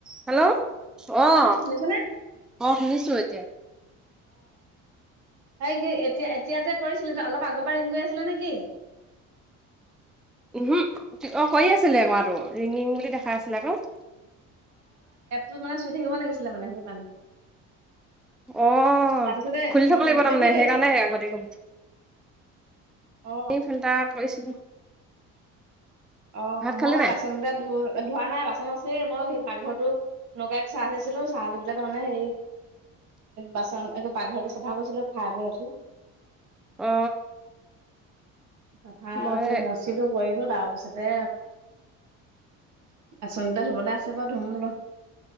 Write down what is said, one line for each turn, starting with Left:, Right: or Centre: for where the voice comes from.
Centre: Hello আহ
Right: অ শুনিছেনে?
Centre: আহ শুনিছো এতিয়া।
Right: সেই কি এতিয়া এতিয়া যে কৰিছিলো অলপ আগৰ পৰা ৰিং কৰি আছিলে নেকি?
Centre: উ হম হু অ ক আছিলে কোৱাাতটো ৰিং ৰিং বুলি দেখাই আছিলে আকৌশ
Right: তোৰ মানে চুই থাকিব লাগিছিলে মানে সেইটো কাৰণে।
Centre: অ
Right: তাৰপিছতে
Centre: খুলি
Right: অ
Centre: থব লাগিব
Right: এতিয়া
Centre: তাৰমানে
Right: কি কৰি
Centre: সেইকাৰণে
Right: আছা?
Centre: আগতে
Right: অ
Centre: ফিল্টাৰ। কৰিছিলো।
Right: অ
Centre: ভাত খালি
Right: মই
Centre: নাই
Right: বাচন গকেইটা ধ ধোৱা নাই বাচন আছে। মই সেই পাকঘৰটো নগাই চাহ দিছিলোঁ চাহ দি পেলাই তাৰ মমানে হেৰি বাচন এক পাকঘৰটো চাফা কৰিছিলোঁ খাই বৈ উঠি।
Centre: অ।
Right: <unintelligible>
Centre: মই
Right: মচিলো গৈ । বলো তাৰপিছতে বাচন কেইটা ধুবলৈ আছে বাৰু ধুম বোলো।